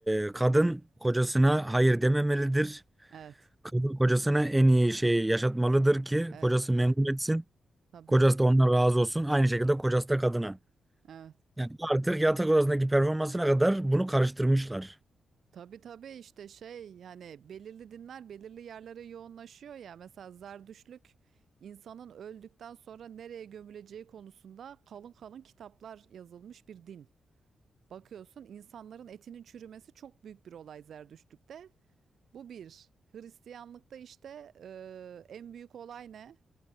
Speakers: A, in the centre; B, on the right.
A: e, kadın kocasına hayır dememelidir.
B: Evet,
A: Kadın kocasına en iyi şeyi yaşatmalıdır ki
B: evet,
A: kocası memnun
B: evet.
A: etsin.
B: Tabii,
A: Kocası da ondan razı olsun. Aynı şekilde kocası da kadına.
B: evet.
A: Yani artık yatak odasındaki performansına kadar bunu karıştırmışlar.
B: Tabii tabii işte şey yani belirli dinler belirli yerlere yoğunlaşıyor ya. Mesela Zerdüştlük insanın öldükten sonra nereye gömüleceği konusunda kalın kalın kitaplar yazılmış bir din. Bakıyorsun insanların etinin çürümesi çok büyük bir olay Zerdüştlük'te. Bu bir. Hristiyanlıkta işte e, en büyük olay ne?